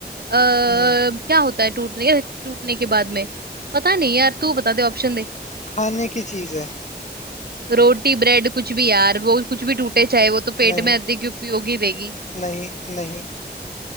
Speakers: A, on the right; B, on the left.
A: क्या
B: हम्म
A: होता है टूटने टूटने के बाद में पता नहीं यार तू बता दे ऑप्शन दे
B: खाने की चीज है
A: रोटी ब्रेड कुछ भी यार वो कुछ भी टूटे चाहे वो तो पेट
B: नहीं
A: में अधिक उपयोग ही देगी
B: नहीं नहीं